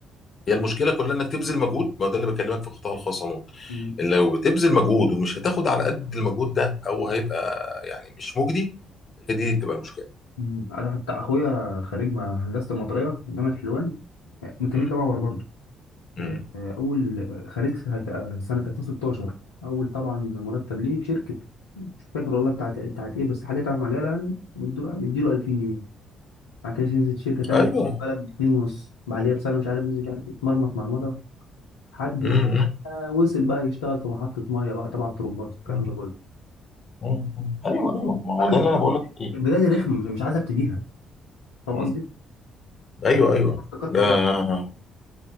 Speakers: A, on the left; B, on the left.
A: هي المشكله كلها انك تبذل مجهود ما ده اللي بكلمك في القطاع الخاص عموما
B: مم.
A: إن لو بتبذل مجهود ومش هتاخد على قد المجهود ده او هيبقى يعني مش مجدي هي دي تبقى المشكله
B: مم. أنا حتى اخويا خريج ما- هندسه المطريه جامعه حلوان ميكانيكا
A: امم
B: باور برضه
A: امم
B: آه، اول خريج سنه آه، سنة 2016 اول طبعا مرتب ليه في شركه مش فاكر والله بتاعت بتاعت ايه بس حاجه تبع مجاله يعني مديله مديله 2000 جنيه بعد كده نزل شركه تانيه
A: ايوه
B: في البلد ب 2 ونص بعديها بسنه مش عارف نزل مش عارف اتمرمط مرمطه لحد
A: امم
B: ما وصل بقى يشتغل في محطه ميه بقى تبع الترمبات والكلام
A: امم.
B: ده كله
A: مم. ايوه ايوه ما هو
B: الواحد
A: ده
B: مش
A: اللي
B: عايز
A: انا بقول لك فيه
B: البدايه دي ركمه مش مش عايز ابتديها فاهم
A: مم.
B: قصدي؟
A: ايوه ايوه
B: شورت كات
A: آه
B: كده